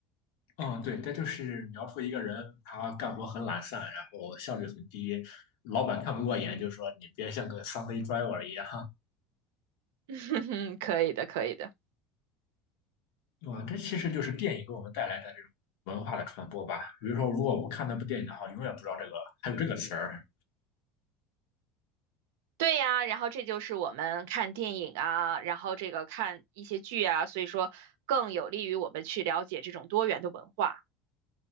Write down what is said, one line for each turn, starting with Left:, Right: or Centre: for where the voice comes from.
Left: 嗯，对，这就是描述一个人他干活很懒散，然后效率很低，老板看不过眼，就说你别像个 Sunday driver 一样。
Right: <laughs> 可以的，可以的。
Left: <laughs> 哇，这其实就是电影给我们带来的这种文化的传播吧。比如说，如果我不看那部电影的话，永远不知道这个还有这个词儿。
Right: 对呀，然后这就是我们看电影啊，然后这个看一些剧啊，所以说更有利于我们去了解这种多元的文化。